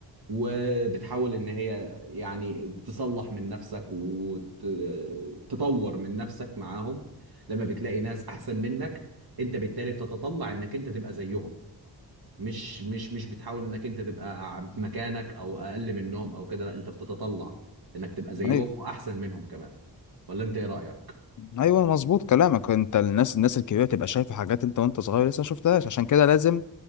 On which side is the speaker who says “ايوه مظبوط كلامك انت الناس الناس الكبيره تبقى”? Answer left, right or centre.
Left